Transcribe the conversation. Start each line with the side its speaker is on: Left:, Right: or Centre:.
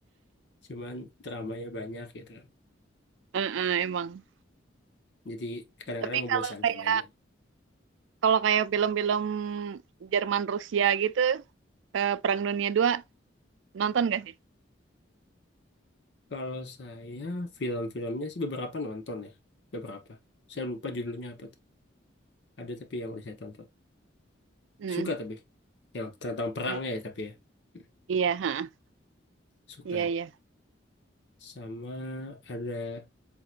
Left: Cuman dramanya banyak gitu. kan.
Right: Heeh, emang.
Left: Jadi kadang-kadang
Right: Tapi
Left: membosankan
Right: kalau kayak
Left: aja.
Right: Kalau kayak film-film Jerman Rusia gitu, eh, Perang Dunia II nonton gak sih?
Left: Kalau saya film-filmnya sih beberapa nonton ya, beberapa. Saya lupa judulnya apa tuh. Ada tapi yang saya tonton.
Right: Hmm.
Left: Suka tapi yang tentang perangnya
Right: I-
Left: ya tapi ya. Hmm,
Right: Iya, ha.
Left: Suka.
Right: Iya, iya.
Left: Sama ada